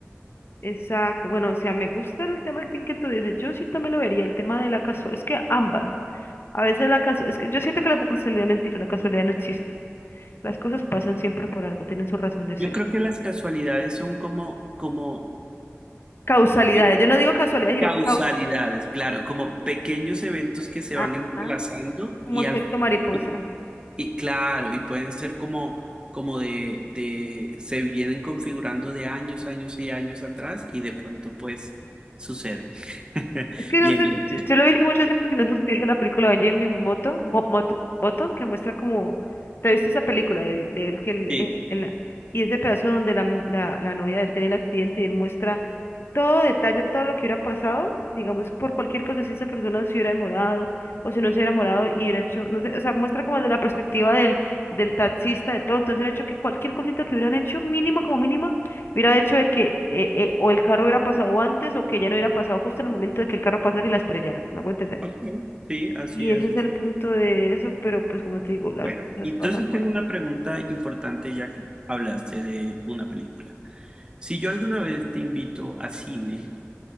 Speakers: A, on the left; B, on the right.
A: Exacto. bueno, o sea, me gusta el tema del que tú dices, yo sí también lo vería, el tema de la casualidad, es que ambas, a veces la casualidad, es que yo siento que la casualidad es mentira, la casualidad no existe, las cosas pasan siempre por algo, tienen su razón de ser.
B: Yo creo que las casualidades son como, como
A: Causalidades.
B: pe-
A: Yo no digo casualidades, sino
B: causalidades,
A: causa.
B: claro, como pequeños eventos que se
A: Ah,
B: van entrelazando
A: ah, como
B: y
A: efecto
B: al
A: mariposa.
B: y, y claro, y pueden ser como, como de, de, se vienen configurando de años, años y años atrás y de pronto pues suceden. <laughs>
A: Es que
B: Bien,
A: no sé,
B: bien.
A: yo yo lo he visto mucho así porque no sé si te viste la película de Jimmy Moto, Mo- Mot- Button, que muestra como, te has visto esa película del, del que el-
B: Sí.
A: el- el- y ese pedazo donde la, mu- la, la novia de él tiene el accidente y él muestra todo detalle, todo lo que hubiera pasado, digamos, por cualquier cosa, si esa persona se hubiera demorado o si no se hubiera demorado y hubiera hecho, no sé, o sea, muestra como desde la perspectiva del, del taxista, de todo, entonces el hecho que cualquier cosita que hubieran hecho, mínima como mínima, hubiera hecho de que eh, eh, o el carro hubiera pasado antes o que ya no hubiera pasado justo en el momento de que el carro pasara y la estrellara, ¿me hago entender?
B: Ok. Sí, así
A: Y
B: es.
A: ese es
B: así.
A: el punto de eso, pero pues como te digo, las
B: Bueno,
A: cosas
B: entonces
A: pasan por
B: tengo una pregunta importante ya que hablaste de una película. Si yo alguna vez te invito a cine,